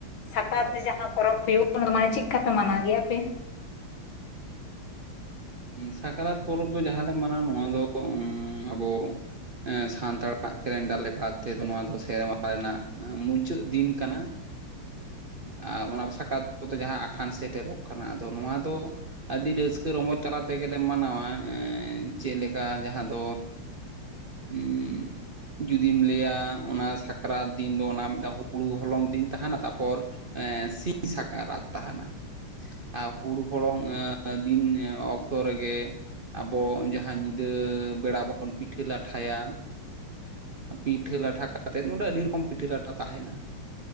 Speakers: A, on the left (about 65°); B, on the right (about 60°).
A: ᱥᱟᱠᱨᱟᱛ ᱨᱮ ᱡᱟᱦᱟᱸ ᱯᱚᱨᱚᱵᱽ ᱦᱩᱭᱩᱜ ᱠᱟᱱᱟ, ᱚᱱᱟᱫᱚ ᱢᱟᱱᱮ ᱪᱮᱫ ᱞᱮᱠᱟ ᱯᱮ ᱢᱟᱱᱟᱣ ᱜᱮᱭᱟᱯᱮ?
B: ᱥᱟᱠᱨᱟᱛ ᱯᱚᱨᱚᱵᱽ ᱫᱚ ᱡᱟᱦᱟᱸᱞᱮ ᱢᱟᱱᱟᱣ ᱱᱚᱣᱟ ᱫᱚ ᱟᱵᱚ <unintelligible> ᱥᱟᱱᱛᱟᱲᱟᱜ ᱠᱮᱞᱮᱱᱰᱟᱨ ᱞᱮᱠᱟ ᱛᱮᱫᱚ ᱱᱚᱣᱟ ᱫᱚ ᱥᱮᱨᱢᱟ ᱨᱮᱱᱟᱜ ᱢᱩᱪᱟᱹᱫ ᱫᱤᱱ ᱠᱟᱱᱟ ᱾ ᱟᱨ ᱚᱱᱟ ᱥᱟᱠᱨᱟᱛ ᱠᱚᱛᱮ, ᱡᱟᱸᱦᱟ ᱟᱠᱷᱟᱱ ᱥᱮᱴᱮᱨᱚᱜ ᱠᱟᱱᱟ ᱟᱫᱚ ᱱᱚᱶᱟ ᱫᱚ ᱟᱹᱰᱤ ᱨᱟᱹᱥᱠᱟᱹ ᱨᱚᱢᱚᱡᱽ ᱛᱟᱞᱟ ᱛᱮᱜᱮᱞᱮ ᱢᱟᱱᱟᱣᱟ ᱮᱸ ᱪᱮᱫ ᱞᱮᱠᱟ ᱡᱟᱦᱟᱸ ᱫᱚ
A: <inaudible>
B: <unintelligible> ᱡᱩᱫᱤᱢ ᱞᱟᱹᱭᱟ ᱚᱱᱟ ᱥᱟᱠᱨᱟᱛ ᱫᱤᱱ ᱫᱚ ᱾ ᱚᱱᱟ ᱢᱤᱫᱴᱟᱝ ᱦᱩᱲᱩ ᱦᱚᱞᱚᱝ ᱫᱤᱱ ᱛᱟᱦᱮᱱᱟ ᱛᱟᱨᱯᱚᱨ ᱮ ᱥᱤᱧ ᱥᱟᱠᱟᱨᱟᱛ ᱛᱟᱦᱮᱱᱟ ᱟᱣ ᱦᱩᱲᱩ ᱦᱚᱲᱚᱝ ᱫᱤᱱ ᱚᱠᱛᱚ ᱨᱮᱜᱮ ᱟᱵᱚ ᱡᱟᱦᱟᱸ ᱧᱤᱫᱟᱹ ᱵᱮᱲᱟ ᱵᱚᱱ ᱯᱤᱴᱷᱟᱹ ᱞᱟᱴᱷᱟᱭᱟ ᱯᱤᱴᱷᱟᱹ ᱞᱟᱴᱷᱟ ᱠᱟᱛᱮᱫ ᱱᱚᱰᱮ, ᱟᱹᱰᱤ ᱨᱚᱠᱚᱢ ᱯᱤᱴᱷᱟᱹ ᱞᱟᱴᱷᱟ ᱛᱟᱦᱮᱱᱟ ᱾